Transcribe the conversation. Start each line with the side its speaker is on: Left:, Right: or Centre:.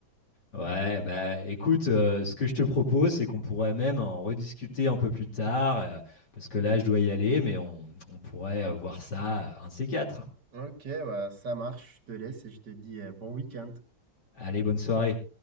Left: Ouais, bah écoute, euh, ce que je te propose, c'est qu'on pourrait même en rediscuter un peu plus tard, euh, parce que là, je dois y aller, mais on, on pourrait euh, voir ça euh, un de ces quatre.
Right: Ok, bah, ça marche, je te laisse et je te dis euh, bon week-end.
Left: Allez, bonne soirée.